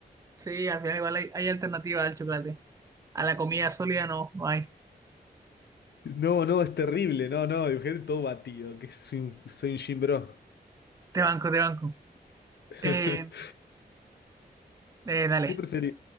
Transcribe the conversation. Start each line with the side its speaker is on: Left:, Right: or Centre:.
Right: Sí, al final igual hay, hay alternativa al chocolate. A la comida sólida no, no hay.
Left: No, no, es terrible, no, no, imagínate todo batido, que soy un, soy un gym bro.
Right: Te banco, te banco.
Left: <laughs>
Right: Eh, eh, dale.
Left: ¿Qué preferí,